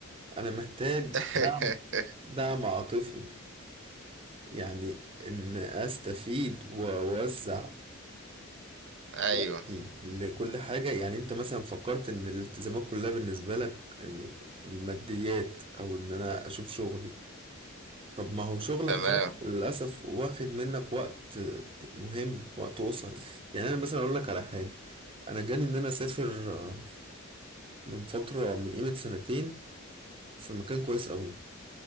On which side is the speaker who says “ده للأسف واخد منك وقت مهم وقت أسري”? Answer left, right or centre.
Right